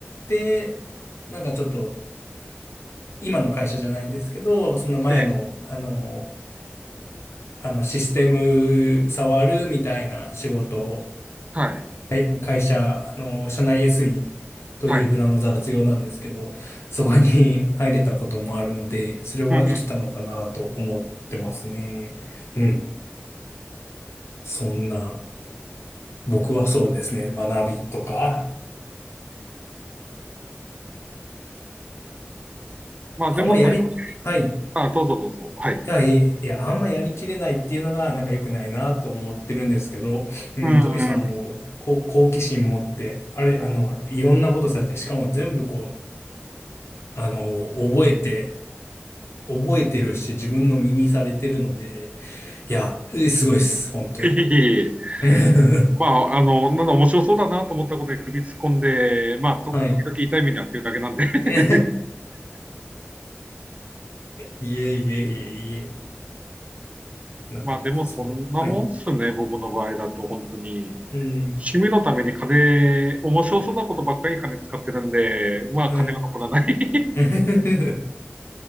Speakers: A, on the left (about 75°); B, on the right (about 30°).
A: て、なんかちょっと、今の会社じゃないんですけど、その前の、
B: ええ。
A: あの、あの、システム触るみたいな仕事を、
B: はい。
A: 会会社、あの、社内 SE という名の雑用なんですけど、
B: はい。
A: そこに <laughs> 入れたこともあるので、それは生きたのかなと思ってますね。
B: うん。
A: うん。そんな、僕はそうですね、学びとか、
B: まあ、
A: あんまやり、
B: でも、それ、
A: はい。
B: あ、どうぞどうぞ。はい。
A: いや、いえいや、あんまやりきれないっていうのが、なんか良くないなと思ってるんですけど、うん、
B: うん。
A: トミさんも、こう、好奇心持って、あれ、あの、いろんなことされて、しかも全部こう、あの、覚えて、覚えてるし、自分の身にされてるので、いや、えすごいです、本当に。
B: <laughs> いえいえいえ
A: <laughs>
B: まあ、あの、なんだ、面白そうだなと思ったことで首突っ込んで、まあ、と、
A: はい。
B: 時々痛い目に遭ってるだけなんで。<laughs>
A: <laughs> いえいえいえいえ、なかなかそうだ。
B: まあ、でも、そんなもんっすね、
A: はい。
B: 僕の場合だと、本当に。
A: うん。
B: 趣味のために金、面白そうなことばっかりに金使ってるんで、まあ金が残らない。
A: はい。
B: <laughs>
A: <laughs>